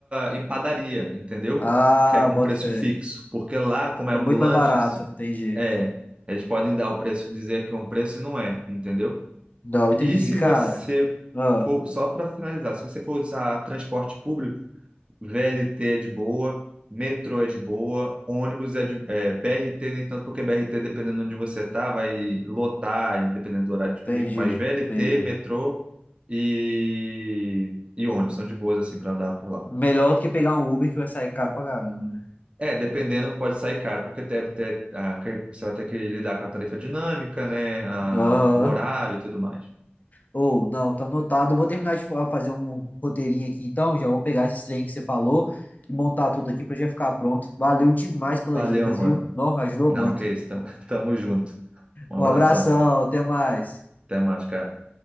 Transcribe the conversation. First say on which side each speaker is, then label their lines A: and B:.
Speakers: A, on the right; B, on the left.
A: em padaria, entendeu?
B: Ah,
A: Que é com
B: bota
A: preço
B: fé.
A: fixo. Porque lá, como é
B: É
A: ambulante,
B: muito mais barato,
A: se-
B: entendi.
A: é, eles podem dar o preço, dizer que é um preço e não é, entendeu?
B: Não, entendi,
A: E se
B: cara.
A: você
B: Ah,
A: for, só para finalizar, se você for usar transporte público, VLT é de boa, metrô é de boa, ônibus é de. é, BRT nem tanto, porque BRT, dependendo de onde você tá, vai lotar, dependendo do horário de
B: entendi,
A: pico, mas VLT,
B: entendi.
A: metrô e, e ônibus são de boas, assim, para andar por lá.
B: Melhor do que pegar um Uber que vai sair caro pra caramba, né?
A: É, dependendo, pode sair caro, porque deve ter, ah, que- você vai ter que lidar com a tarifa dinâmica, né? a-
B: Aham.
A: o horário e tudo mais.
B: Ou, não, tá anotado. Eu vou terminar de fa- fazer um roteirinho aqui então. Já vou pegar esses trem que você falou e montar tudo aqui pra já ficar pronto. Valeu demais pelas
A: Valeu,
B: dicas,
A: mano.
B: viu? Não, ajudou
A: Não,
B: muito.
A: que isso, tamo, <laughs> tamo junto. Um
B: Um
A: abração.
B: abração, até mais.
A: Até mais, cara.